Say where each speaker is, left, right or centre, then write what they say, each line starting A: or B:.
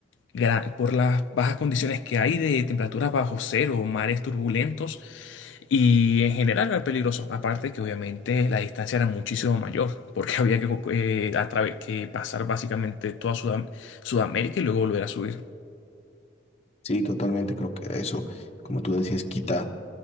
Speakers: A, on the left (about 90°); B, on the left (about 35°).
A: gra- por las bajas condiciones que hay de temperaturas bajo cero, mares turbulentos y en general era peligroso. Aparte que obviamente la distancia era muchísimo mayor porque <laughs> había que, eh, atrave- que pasar básicamente toda Sudam- Sudamérica y luego volver a subir.
B: Sí, totalmente, creo que eso, como tú decías, quita